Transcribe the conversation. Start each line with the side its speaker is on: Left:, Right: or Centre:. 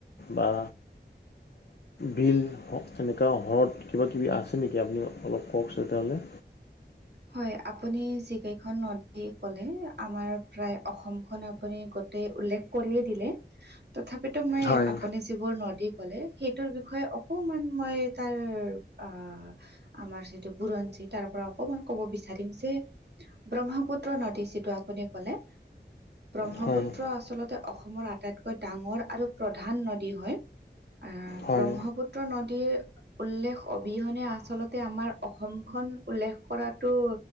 Left: বা বিল হওঁক তেনেকা হ্ৰদ কিবা কিবি আছে নেকি আপুনি অলপ কওঁকচো তেতিয়াহ'লে।
Right: হয় আপুনি যিকেইখন নদী ক'লে আমাৰ প্ৰায় অসমখন আপুনি গোতেই উল্লেখ কৰিয়ে দিলে তথাপিতো মই
Left: হয়
Right: আপুনি যিবোৰ নদী ক'লে সেইটোৰ বিষয়ে অকমান মই তাৰ অ', আমাৰ সেইটো বুৰঞ্জী তাৰ পৰা অকমান ক'ব বিচাৰিম যে ব্ৰহ্মপুত্ৰ নদী যিটো আপুনি ক'লে ব্ৰহ্মপুত্ৰ
Left: হয়
Right: আচলতে অসমৰ আটাইতকৈ ডাঙৰ আৰু প্ৰধান নদী হয়। আহ
Left: হয়
Right: ব্ৰহ্মপুত্ৰ নদীৰ উল্লেখ অবিহনে আচলতে আমাৰ অসমখন উল্লেখ কৰাটো